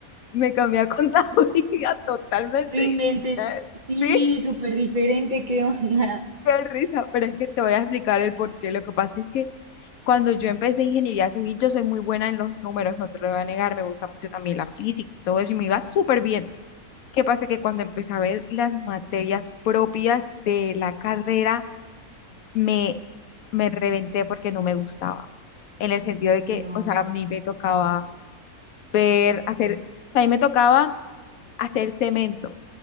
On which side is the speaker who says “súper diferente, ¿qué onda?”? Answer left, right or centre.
Right